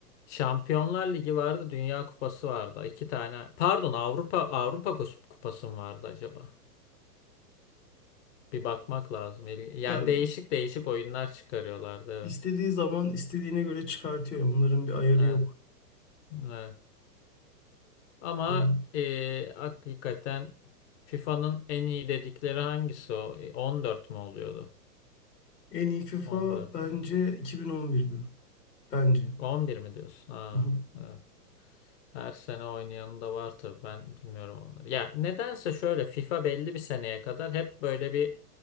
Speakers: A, on the left; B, on the left.
A: Şampiyonlar Ligi vardı, Dünya Kupası vardı. İki tane. Pardon, Avrupa Avrupa Kus- Kupası mı vardı acaba? Bir bakmak lazım. İl- Yani
B: ya
A: değişik değişik oyunlar çıkarıyorlardı evet.
B: istediği zaman istediğine göre çıkartıyor. Onların bir ayarı
A: Evet.
B: yok.
A: evet. Ama
B: Böyle.
A: e, hakikaten FIFA'nın en iyi dedikleri hangisi o? E, 14 mü oluyordu?
B: En iyi FIFA
A: On dört.
B: bence
A: mü?
B: 2011'di. Bence.
A: on bir mi diyorsun? Ha,
B: Hı hı.
A: evet. Her sene oynayanı da var tabii ben bilmiyorum onları. Ya nedense şöyle FIFA belli bir seneye kadar hep böyle bir